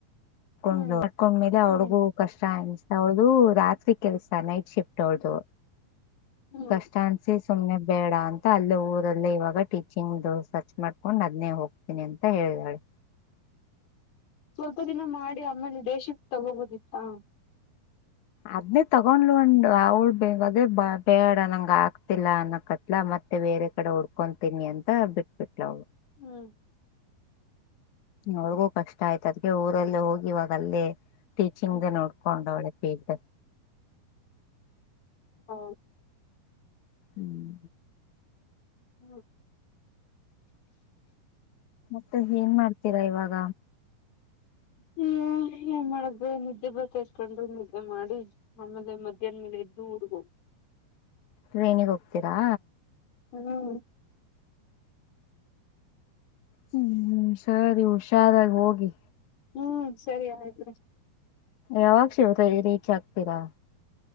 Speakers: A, on the left (about 60°); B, on the left (about 85°).
A: ಹಕೊಂಡ್
B: ಹ್ಮ್
A: ಅಕೊಂಡ್ಮೇಲೆ ಅವ್ರಗೂ
B: ಹ್ಮ್
A: ಕಷ್ಟ ಅನ್ ಅವದು ರಾತ್ರಿ ಕೆಲ್ಸ ನೈಟ್ ಶಿಫ್ಟ್ ಅವಳ್ದು
B: ಹ್ಮ್
A: ಕಷ್ಟ ಅನ್ಸಿ ಸುಮ್ನೆ ಬೇಡ ಅಂತ ಅಲ್ಲೇ ಊರಲ್ಲೇ ಇವಾಗ ಟೀಚಿಂಗ್ದ ಸರ್ಚ್ ಮಾಡ್ಕೊಂಡ್ ಅದನೇ ಹೋಗ್ತೀನಿ ಅಂತ ಹೇಳಿದಾಳೆ
B: ಸ್ವಲ್ಪ ದಿನ ಮಾಡಿ ಆಮೇಲೆ ಡೇಶಿಪ್ ತಗಬೋುದಿತ್ತಾ
A: ಅದ್ನೇ ತಗೊಂಡ್ಲಂಡು ಅವಳ ಬೇ ಅದೇ ಬ ಬೇಡ ನಂಗ ಆಗ್ತಿಲ್ಲ ಅನ್ನಕತ್ಲ ಮತ್ತ ಮತ್ತೆ ಬೇರೆ ಕಡೆ ಉಡ್ಕೊತೀನಿ ಅಂತ ಬಿಟ್ಬಿಟ್ಲ ಅವಳು
B: ಹ್ಮ್
A: ಅವಳಗೂ ಕಷ್ಟ ಆಯ್ತು ಅದ್ಕ್ಕೆ ಊರಲ್ಲ ಹೋಗಿ ಇವಾಗಲ್ಲೇ ಟೀಚಿಂಗ್ದ
B: ಹ್ಮ್
A: ನೋಡ್ಕೊಂಡ ಅವಳ ಪೇದೆ
B: ಹಾ
A: ಹ್ಮ್
B: ಹ್ಮ
A: ಮತ್ತೆ ಏನ್ ಮಾಡ್ತೀರಾ ಇವಾಗ
B: ಹ್ಮ ಏನ್ ಮಾಡ ನಿದ್ದೆ ಬತ ಇಕೊಂಡ್ರೆ ನಿದ್ದೆ ಮಾಡಿ ಅಂದ್ರ ಮಧ್ಯಾಹ್ ಮೇಲೆ ಎದ್ದ ಉಡ್ಬ
A: ಟ್ರೇನಿಗೆ ಹೋಗ್ತೀರಾ
B: ಹ್ಮ್
A: ಹ್ಮ್ ಸರಿ ಹುಷಾರಾಗ ಹೋಗಿ
B: ಹ್ಮ್ ಸರಿ ಆಯ್ತ
A: ಯಾವಾಗ ಶಿವ ರೀಚ್ ಆಗ್ತೀರಾ